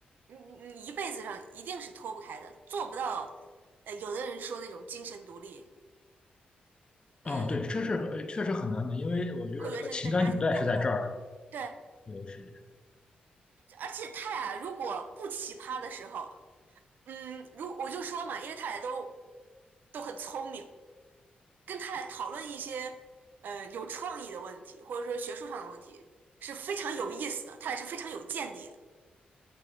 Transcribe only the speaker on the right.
你你你一辈子上一定是脱不开的，做不到，呃，有的人说那种精神独立，呃，
和原生的家庭断开，对。
而且他俩如果不奇葩的时候，嗯，如我就说嘛，因为他俩都都很聪明，跟他俩讨论一些呃有创意的问题，或者说学术上的问题是非常有意思的，他俩是非常有见地的。